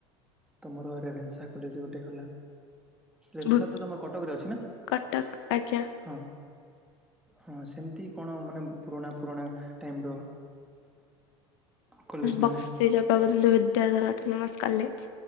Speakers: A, in the centre; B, on the left (about 70°).
A: ତମର ରେଭେନ୍ସା କଲେଜ ଗୋଟେ ଗଲା। ରେଭେନ୍ସା
B: ଭୁ
A: ତ ତମର କଟକରେ ଅଛି ନା?
B: କଟକ ଆଜ୍ଞା
A: ହଁ। ହଁ ସେମତି କଣ ମାନେ ପୁରୁଣା ପୁରୁଣା ଟାଇମ୍ ର କଲେଜ
B: ବକ୍ସି
A: ମାନେ
B: ଜଗବନ୍ଧୁ ବିଦ୍ୟାଧର ଅଟୋନୋମସ୍ କଲେଜ୍।